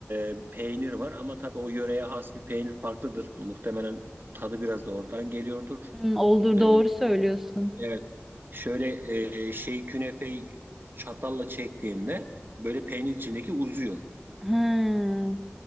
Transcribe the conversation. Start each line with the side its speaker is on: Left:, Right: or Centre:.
Right: e, peynir var ama tabii o yöreye has bir peynir farklıdır. Muhtemelen tadı biraz da oradan geliyordur.
Centre: Hmm, olur
Right: Ee,
Centre: doğru söylüyorsun.
Right: evet. Şöyle e, şey künefeyi çatalla çektiğinde böyle peynir içindeki uzuyor.
Centre: Hmm,